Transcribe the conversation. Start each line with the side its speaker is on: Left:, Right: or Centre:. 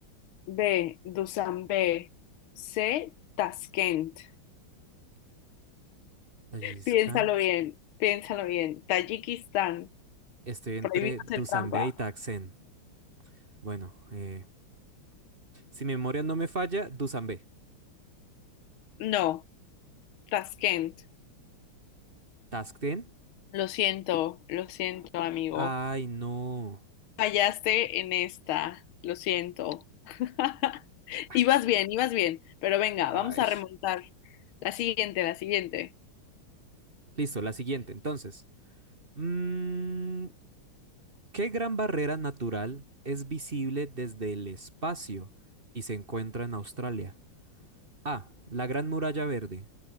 Left: B, Dushanbe, C, Tashkent.
Right: Tajikistán.
Left: Piénsalo bien, piénsalo bien. Tayikistán.
Right: Estoy entre
Left: Prohibido
Right: Dusanbe
Left: hacer trampa.
Right: y Taksen. Bueno, eh, si mi memoria no me falla, Dusanbe.
Left: No, Taskent.
Right: Taksen.
Left: Lo siento, lo siento, amigo.
Right: Ay, no.
Left: Fallaste en esta. Lo siento. <laughs>
Right: Ay,
Left: Ibas bien, ibas bien. Pero venga,
Right: ay.
Left: vamos a remontar. La siguiente, la siguiente.
Right: Listo, la siguiente, entonces. Mm, ¿Qué gran barrera natural es visible desde el espacio y se encuentra en Australia? A. La Gran Muralla Verde.